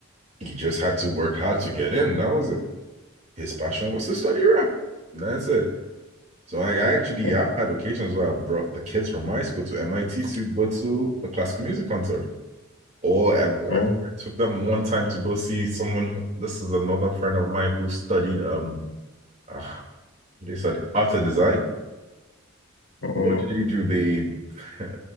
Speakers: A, on the right; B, on the left.
A: He just had to work hard to get in. That was it. His passion was to study rap. And that's it. So I, I actually
B: Wow.
A: I've had occasions where I brought the kids from my school to MIT to go to a classical music concert. Or I, I
B: Oh.
A: took them one time to go see someone. Who, this is another friend of mine who studied um, uh, they said art and design
B: Oh.
A: What did you do? The <laughs>